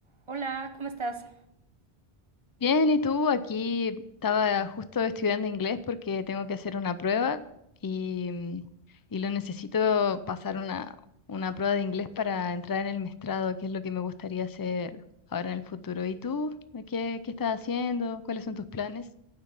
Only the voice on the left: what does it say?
Bien, ¿y tú? Aquí estaba justo estudiando inglés porque tengo que hacer una prueba y, mm, y lo necesito pasar una, una prueba de inglés para entrar en el maestrado que es lo que me gustaría hacer ahora en el futuro. ¿Y tú? ¿Qué, qué estás haciendo? ¿Cuáles son tus planes?